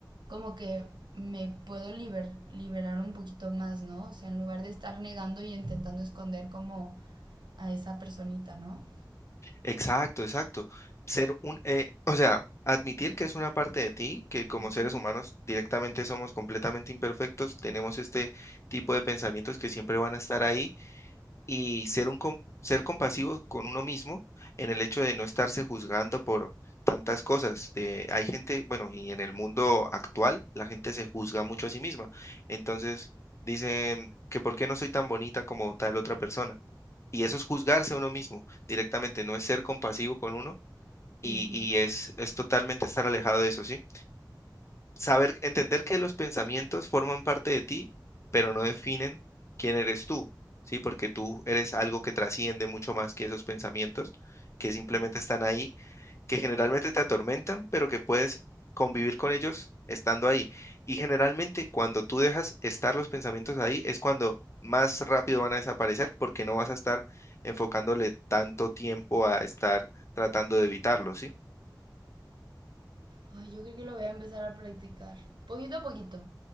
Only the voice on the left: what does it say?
Exacto, exacto. Ser un, eh, o sea, admitir que es una parte de ti, que como
seres humanos directamente somos completamente imperfectos, tenemos este tipo de pensamientos que siempre van a estar ahí y ser un com- ser compasivo con uno mismo en el hecho de no estarse juzgando por tantas cosas. De, hay gente, bueno, y en el mundo actual la gente se juzga mucho a sí misma. Entonces dicen que por qué no soy tan bonita como tal otra persona. Y eso es juzgarse a uno mismo directamente, no es ser compasivo con uno y,
y es, es totalmente estar alejado de eso, ¿sí? saber, entender que los pensamientos forman parte de ti, pero no definen quién eres tú, ¿sí? Porque tú eres algo que trasciende mucho más que esos pensamientos,
que simplemente están ahí, que generalmente te atormentan, pero que puedes convivir con ellos estando ahí. Y generalmente cuando tú dejas estar los pensamientos ahí es cuando más rápido van a desaparecer porque no vas a estar enfocándole tanto tiempo a estar tratando de evitarlos, ¿sí?